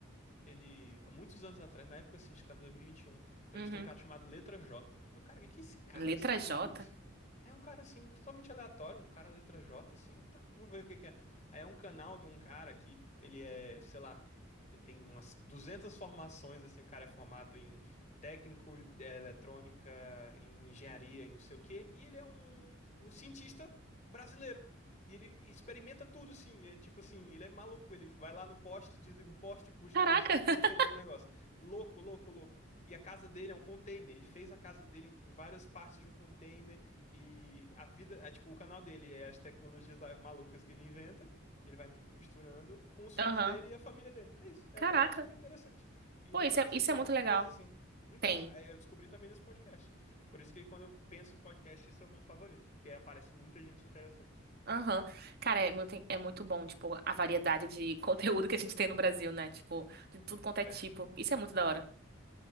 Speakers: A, on the left; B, on the right.
A: ele, há muitos anos atrás, na época, assim, acho que tava em 2021, entrevistou
B: Uhum.
A: um cara chamado Letra J. É o cara, o que que é esse cara,
B: Letra
A: esse cabeludo?
B: J.
A: esse- É um cara, assim, totalmente aleatório, um cara Letra J, assim. Eu, Tá, vou ver o que que é. Aí é um canal de um cara que ele é, sei lá, ele tem umas 200 formações, assim. O cara é formado em técnico, é, eletrônica, em engenharia e não sei o quê. E ele é um, um cientista brasileiro. E ele experimenta tudo, sim. É tipo assim, ele é maluco. Ele vai lá no poste, desliga o poste, puxa
B: Caraca.
A: energia e tenta
B: <laughs>
A: acender um negócio. Louco, louco, louco. E a casa dele é um container. Ele fez a casa dele em várias partes de um container. E a vida, é, tipo, o canal dele é as tecnologias lá malucas que ele inventa, que ele vai misturando com os filhos
B: Aham.
A: dele e a família dele. É isso. É
B: Caraca.
A: um canal super interessante. E
B: Pô,
A: no
B: isso
A: Brasil
B: é, isso
A: tem
B: é muito
A: muita
B: legal.
A: coisa assim. Então,
B: Tem.
A: é, eu descobri também nesse podcast. Por isso que quando eu penso em podcast, esse é o meu favorito, porque aparece muita gente interessante.
B: Aham. Cara, é muito, é muito bom, tipo, a variedade de <laughs> conteúdo que a gente tem no Brasil, né? Tipo, de tudo quanto é
A: É.
B: tipo. Isso é muito da hora.